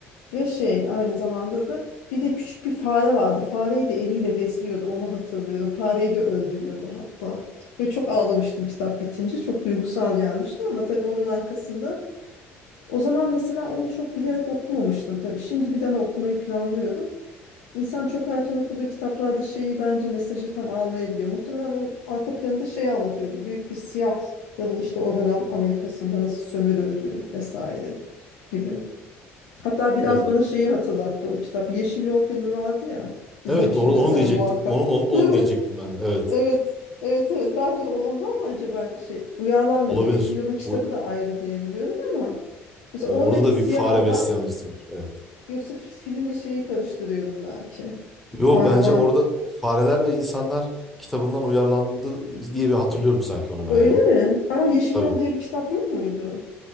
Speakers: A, on the left; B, in the centre.
A: Ve şey aynı zamanda da bir de küçük bir fare vardı. Fareyi de eliyle besliyordu onu hatırlıyorum. Fareyi de öldürüyordu hatta. Ve çok ağlamıştım kitap bitince. Çok duygusal gelmişti ama tabii onun arkasında o zaman mesela onu çok bilerek okumamıştım tabii. Şimdi bir daha okumayı planlıyorum. İnsan çok erken okuduğu kitaplarda şeyi bence mesajı tam almayabiliyor. Muhtemelen onun arka planında şeyi anlatıyordu. Büyük bir siyahların işte o dönem Amerika'sında nasıl sömürüldüğü vesaire gibi. Hatta biraz
B: Evet,
A: bana şeyi hatırlattı o kitap. Yeşil Yol filmi vardı ya. İzlemişsindir
B: evet orada onu
A: sen
B: diyecektim.
A: muhakkak.
B: Onu, onu, onu
A: Değil mi?
B: diyecektim ben de. Evet.
A: Evet. Evet evet. Belki de o ondan mı acaba şey uyarlanmadı.
B: Olabilir.
A: Yeşil Yol'un kitabı
B: Bu
A: da ayrı diye biliyorum ama mesela
B: e, orada
A: oradaki
B: da
A: siyah
B: bir fare
A: adam
B: besleyen birisi var. Evet.
A: yoksa fi- filmle şeyi karıştırıyorum belki.
B: Yo
A: Fare
B: bence
A: var.
B: orada Fareler ve İnsanlar kitabından uyarlandı diye bir hatırlıyorum sanki onu ben
A: Öyle
B: ya.
A: mi? Ama Yeşil
B: Tabii.
A: Yol diye bir kitap yok muydu?